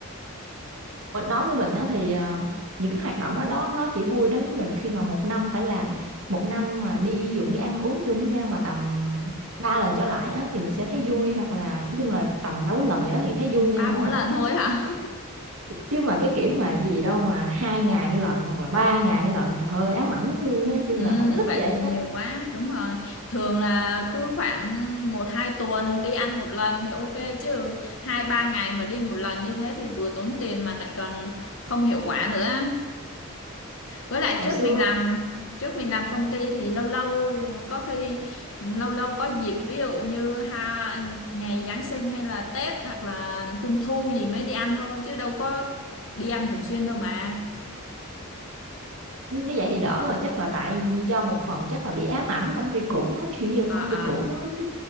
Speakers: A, on the right (about 80°); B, on the left (about 65°).
A: Mình nói với mình á, thì ờ, những cái hoạt động đó đó nó chỉ vui đối với mình khi mà một năm phải làm một năm mà đi ví dụ đi ăn uống chung với nhau mà tầm ba lần trở lại á, thì mình sẽ thấy vui hoặc là nói chung là tầm ba bốn lần vậy đó thì thấy vui
B: ba
A: nha nhưng
B: bốn
A: mà
B: lần thôi
A: chứ
B: hả
A: cái kiểu- chứ mà cái kiểu mà gì đâu mà hai ngày một lần hoặc là ba ngày một lần trời ơi ám ảnh lắm luôn
B: <laughs>
A: á chứ
B: ừ,
A: là không thích
B: vậy
A: vậy
B: thì nhiều
A: á
B: quá đúng rồi thường là cứ khoảng một hai tuần đi ăn một lần thì ok chứ hai ba ngày mà đi một lần như thế thì vừa tốn tiền mà lại còn không hiệu quả nữa với lại
A: hồi
B: trước
A: xưa
B: mình làm trước mình làm công ty thì lâu lâu có khi lâu lâu có dịp ví dụ như ha ngày Giáng sinh hay là Tết hoặc là Trung thu gì mới đi ăn thôi chứ đâu có đi ăn thường xuyên đâu mà
A: Nếu vậy thì đỡ rồi chắc là tại do một phần chắc là bị ám ảnh công ty cũ á, kiểu như là
B: à
A: công
B: à
A: ty cũ á, cứ